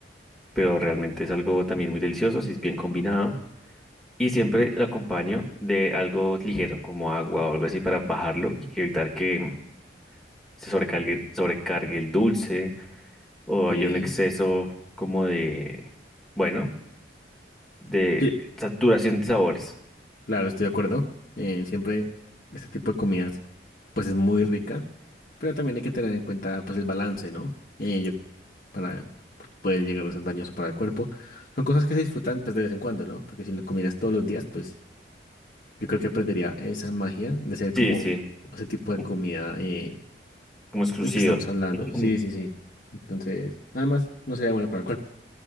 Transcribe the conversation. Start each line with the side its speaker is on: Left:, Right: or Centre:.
Centre: pero realmente es algo también muy delicioso si es bien combinado. Y siempre lo acompaño de algo ligero, como agua o algo así, para bajarlo y que evitar que se sobrecargue, sobrecargue el dulce o
Left: Sí.
Centre: haya un exceso como de, bueno, de
Left: Sí,
Centre: saturación de sabores.
Left: claro, estoy de acuerdo. Eh, siempre este tipo de comidas, pues es muy rica, pero también hay que tener en cuenta, pues el balance, ¿no? Eh, yo, para puede llegar a ser dañoso para el cuerpo. Son cosas que se disfrutan, pues de vez en cuando, ¿no? Porque si lo comieras todos los días, pues yo creo que perdería esa magia de ser como
Centre: Sí, sí,
Left: ese tipo de
Centre: como
Left: comida eh,
Centre: como exclusivo.
Left: del que estamos hablando.
Centre: <laughs>
Left: Sí, sí, sí. Entonces, nada más no sería bueno para el cuerpo.